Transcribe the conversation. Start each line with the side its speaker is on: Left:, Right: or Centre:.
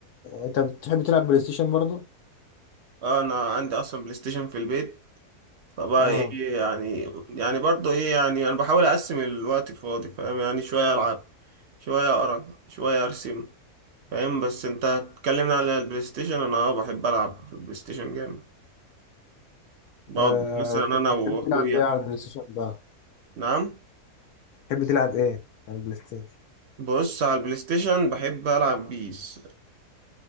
Left: انت بتحب تلعب بلاي ستيشن برضو
Right: اه انا عندي اصلا بلاي ستيشن في البيت فبقى
Left: اه
Right: ايه يعني يعني برضه ايه يعني انا بحاول اقسم الوقت الفاضي فاهم يعني شوية العب شوية اقرا شوية ارسم فاهم بس انت اتكلمنا على البلاي ستيشن انا اه بحب العب في البلاي ستيشن جامد بقعد
Left: أه،
Right: مثلا انا
Left: بتحب
Right: واخويا
Left: تلعب ايه على البلاي ستيشن بقى
Right: نعم
Left: بتحب تلعب ايه على البلاي ستيشن
Right: بص على البلاي ستيشن بحب العب بيس